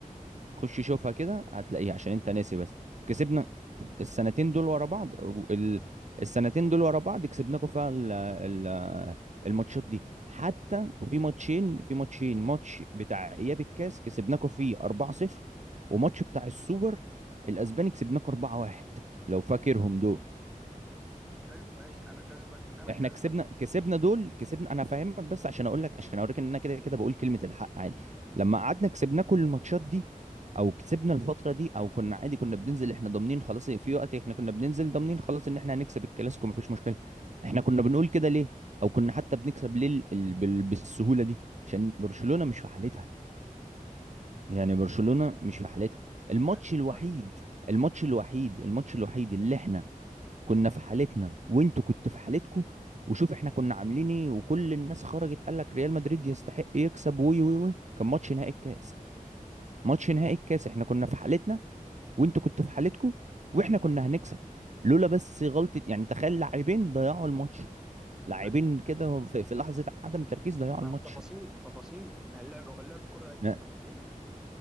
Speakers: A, on the right; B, in the centre.
A: خش شوفها كده هتلاقيها عشان انت ناسي بس كسبنا السنتين دول ورا بعض و- ال... السنتين دول ورا بعض كسبناكم فيها ال... الماتشات دي حتى في ماتشين في ماتشين ماتش بتاع اياب الكاس كسبناكوا فيه 4-0 وماتش بتاع السوبر الاسباني كسبناكوا 4-1 لو فاكرهم دول
B: حلو ماشي انا كسبك انا
A: احنا
B: كسبك
A: كسبنا كسبنا دول كسبنا انا هفهمك بس عشان اقول لك عشان اوريك ان انا كده كده بقول كلمة الحق عادي لما قعدنا كسبنا كل الماتشات دي او كسبنا الفترة دي او كنا عادي كنا بننزل احنا ضامنين خلاص في وقت احنا كنا بننزل ضامنين خلاص ان احنا هنكسب الكلاسيكو مفيش مشكلة احنا كنا بنقول كده ليه او كنا حتى بنكسب ليه ال- ال- بال- بالسهولة دي عشان برشلونة مش في حالتها يعني برشلونة مش في حالتها الماتش
B: ماشي
A: الوحيد
B: آه،
A: الماتش الوحيد الماتش الوحيد اللي احنا كنا في حالتنا وانتوا كنتوا في حالتكوا وشوف احنا كنا عاملين ايه وكل الناس خرجت قال لك ريال مدريد يستحق يكسب وي وي وي كان ماتش نهائي الكاس ماتش نهائي الكاس احنا كنا في حالتنا وانتوا كنتوا في حالتكوا واحنا كنا هنكسب لولا بس غلطة يعني تخيل لاعبين ضيعوا الماتش لاعبين
B: ماشي
A: كده في, في لحظة عدم تركيز ضيعوا
B: مع
A: الماتش
B: التفاصيل تفاصيل ما هي اللعبه هو اللعب كره ايه
A: لا.
B: تفاصيل